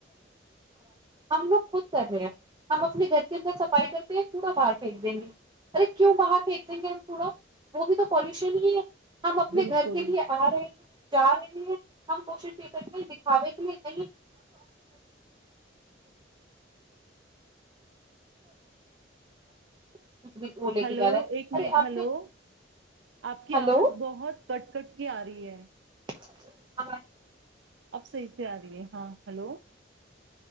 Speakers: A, on the right; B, on the right.
A: ہم لوگ خود کر رہے ہیں ہم اپنے گھر کے اندر صفائی کرتے ہیں پورا پار پھینک دیں گے ارے کیوں باہر پھینک دیں گے ہم پورا وہ بھی تو پالیسی بھی نہیں ہے ہم اپنے
B: بالکل
A: گھر کے لیے ا رہے ہیں جا رہے ہیں ہم ب بالکل دکھا بھی کے لیے <unintelligible> وہ لے
B: ہیلو
A: کے جا رہا ہے
B: ایک منٹ
A: ارے آپ
B: ہیلو
A: نے
B: اپ کی
A: ہلو
B: اواز بہت کٹ کٹ کی ارہی ہے
A: <unintelligible>
B: اب صحیح سے ا رہی ہے ہاں ہیلو